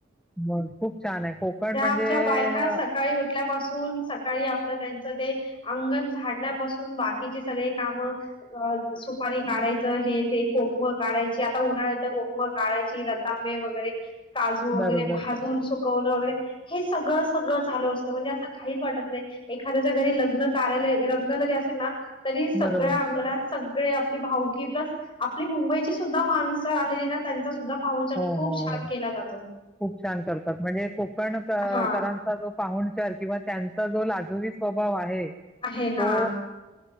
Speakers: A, in the centre; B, on the left (about 30°).
A: मग खूप छान आहे कोकण
B: त्या
A: म्हणजे
B: आमच्या बायका
A: अ,
B: सकाळी उठल्या पासून सकाळी आपलं त्यां ते अंगण झाडण्यापासून बाकीची सगळे काम <unintelligible> काढायचं हे ते कोकम काढायची आता उन्हाळ्यात तर कोकम काढायची रतांबे वगैरे काजू वगैरे
A: बरोबर
B: भाजून सो कोन वगैरे हे सगळं- सगळं चालू अस म्हणजे असं काहीच वाटत नाही. एखाद्याच्या घरी लग्न कार्यालय, लग्न जरी असेल ना तरी सगळ्या
A: बरोबर
B: अंगणात स गळ्या आपली भाऊकी प्लस आपली मुंबई ची सुद्धा माणसं आलेली ना त्यांचा सुद्धा पाहुणचार,
A: हो
B: खूप
A: हो
B: छान
A: हो
B: केला जातो.
A: खूप छान करतात, म्हणजे कोकण क
B: हा
A: करांचा जो पाहूनचार किंवा त्यांचा जो लाजवी स्वभाव आहे
B: आहे हा
A: तो